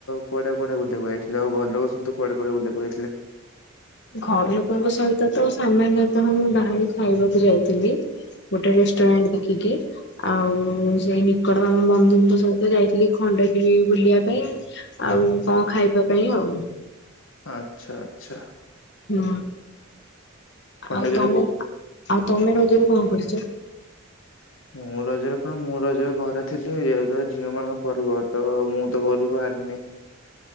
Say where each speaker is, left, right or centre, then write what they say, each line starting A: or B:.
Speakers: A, on the left; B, on the left.
A: କୁଆଡେ କୁଆଡ଼େ ବୁଲିବାକୁ ଯାଇଥିଲେ, ଆଉ ଘର ଲୋକ ସହିତ କୁଆଡେ କୁଆଡେ ବୁଲିବାକୁ ଯାଇଥିଲେ।
B: ଘର ଲୋକଙ୍କ ସହିତ ତ ସାମାନ୍ୟତଃ ମୁଁ ବାହାରେ ଖାଇବାକୁ ଯାଇଥିଲି। ଗୋଟେ ରେଷ୍ଟୁରାଣ୍ଟ ଦେଖିକି, ଆଉ ସେଇ ନିକଟତମ ବନ୍ଧୁଙ୍କ ସହିତ ଯାଇ ଖଣ୍ଡଗିରି ବୁଲିବା ପାଇଁ, ଆଉ କଣ ଖାଇବା ପାଇଁ ଆଉ।
A: ଆଛା ଆଚ୍ଛା।
B: ହୁଁ
A: ଖଣ୍ଡଗିରି
B: ଆଉ ତମେ
A: କୋଉ
B: ଆଉ ତମେ ରଜରେ କଣ କରୁଛ?
A: ମୁଁ ରଜରେ କଣ ମୁଁ ରଜରେ ଘରେ ଥିଲି ଯୋଉ ଦ୍ୱାରା ଝିଅ ମାନଙ୍କ ପର୍ବ ତ ମୁଁ ତ ଘରୁକୁ ବାହାରିନି।